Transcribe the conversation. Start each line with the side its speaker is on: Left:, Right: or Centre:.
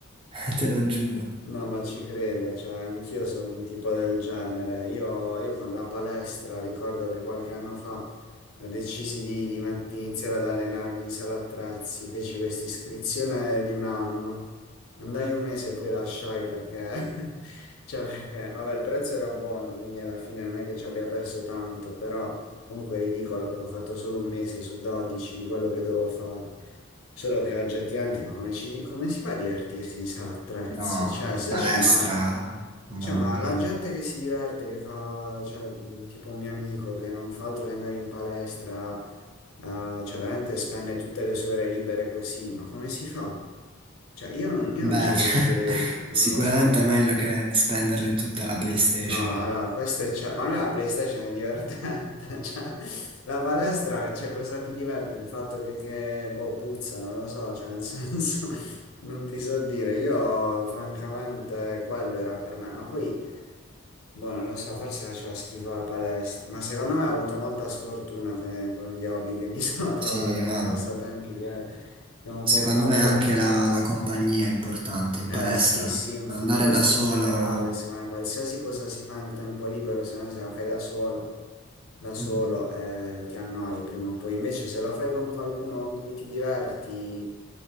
Right: <laughs> te lo giuro.
Left: No, ma ci credo, cioè anch'io sono un tipo del genere. Io, io con la palestra ricordo che qualche anno fa decisi di, di met- di iniziare ad allenarmi in sala attrezzi, feci questa iscrizione di un anno. Andai un mese e poi lasciai perché, <laughs> cioè perché, vabbè, il prezzo era buono, quindi alla fine non è che ci abbia perso tanto, però comunque è ridicolo che ho fatto solo un mese su 12 di quello che dovevo fare. Solo che oggi è tirante, ma come, ci- come si fa a divertirsi in sala attrezzi?
Right: No,
Left: Cioè, si
Right: palestra,
Left: esce, ma,
Right: mamma
Left: cioè, ma
Right: mia.
Left: la gente che si diverte, che fa, cioè, mh, tipo un mio amico che non fa altro che andare in palestra, eh, cioè, veramente spende tutte le sue ore libere così, ma come si fa? Cioè, io non, io
Right: Beh,
Left: non ci riuscirei,
Right: <laughs>
Left: non
Right: sicuramente
Left: lo so.
Right: è meglio che spenderle tutte alla PlayStation.
Left: No, allora, questo è... Cioè, ma noi la PlayStation è divertente, <laughs> cioè, la palestra, cioè, cosa ti diverte? Il fatto che, che, boh, puzza, non lo so, cioè, nel senso, <laughs> non ti so dire, io, francamente, quello era per me, ma poi, boh, non lo so, forse faceva schifo la palestra, ma secondo me ho avuto molta sfortuna con, con gli hobby che mi <laughs> sono trovato,
Right: Sì,
Left: con
Right: ma
Left: i passatempi che, che ho un
Right: secondo
Left: po' fatto,
Right: me anche la, la compagnia è importante in
Left: eh
Right: palestra.
Left: sì, sì, inf-
Right: Andare
Left: ma questo
Right: da solo...
Left: in generale, secondo me, qualsiasi cosa si fa nel tempo libero, se no se la fai da solo, da solo
Right: mm,
Left: eh, ti annoi prima o poi. Invece se lo fai con qualcuno con cui ti diverti,